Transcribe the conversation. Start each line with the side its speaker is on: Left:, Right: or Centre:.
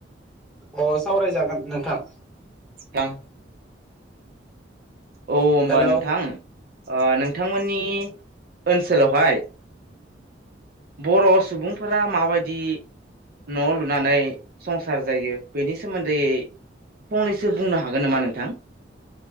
Centre: अ सावरायजागोन नोंथां।
Right: थां औ होमबा
Centre: हेलौ
Right: नोंथां अ नोंथांमोननि ओनसोलावहाय बर' सुबुंफोरा माबायदि न लुनानै संसार जायो। बेनि सोमोन्दै फंनैसो बुंनो हागोन नामा नोंथां?